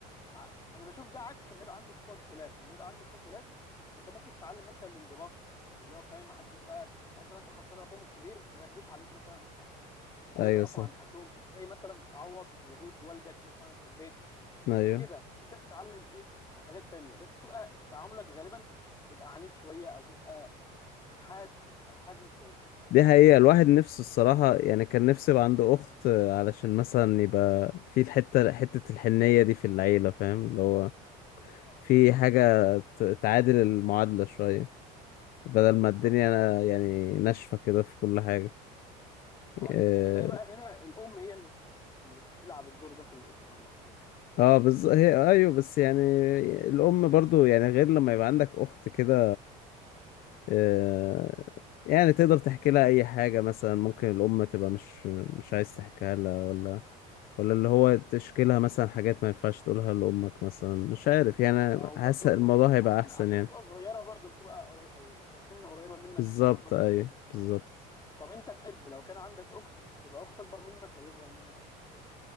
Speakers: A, on the left (about 25°); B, on the left (about 60°).
A: ع- انا بشوف ده عكس لما يبقى عندك اخوات ولاد لما يبقى عندك اخوات ولاد انت ممكن تتعلم مثلا الانضباط اللي هو فاهم ما حدش بقى يعني انت مثلا خاصه لو اخوهم الكبير ما ياخدوش عليك مثلا ازاي
B: ايوه
A: توقفهم
B: صح
A: عند حدهم ازاي مثلا تعوض وجود والدك مثلا في البيت
B: ايوه
A: كده تبدا تتعلم ايه حاجات تانية بس بتبقى تعاملك غالبا بيبقى عنيف شويه او بيبقى حاد او حازم شويه
B: دي حقيقة الواحد نفسه الصراحة يعني كان نفسه يبقى عنده أخت علشان مثلا يبقى في الحتة حتة الحنية دي في العيلة فاهم اللي هو
A: اه
B: في حاجة ت- تعادل المعادلة شوية بدل
A: بالظبط
B: ما الدنيا يعني ناشفة كده في كل حاجة
A: ما
B: اه
A: هو هتلاقي بقى هنا الام هي اللي اللي بتلعب الدور ده في الاسره المفروض
B: آه، بز... هي ايوه بس يعني الام برضو يعني غير لما يبقى عندك اخت كده آه يعني تقدر تحكي لها اي حاجة مثلا ممكن الام تبقى مش مش عايز تحكيها لها ولا ولا اللي هو تشكي لها مثلا حاجات ما ينفعش تقولها لامك مثلا مش عارف يعني
A: او
B: حاسس
A: برضو
B: الموضوع هيبقى
A: عشان
B: احسن
A: عشان
B: يعني
A: تبقى صغيره برضو بتبقى قري- إيه، كسن قريبه منك
B: بالظبط
A: تبقى فاهمك
B: ايوه
A: اكتر
B: بالظبط
A: طب انت تحب لو كان عندك اخت تبقى اخت اكبر منك ولا اصغر منك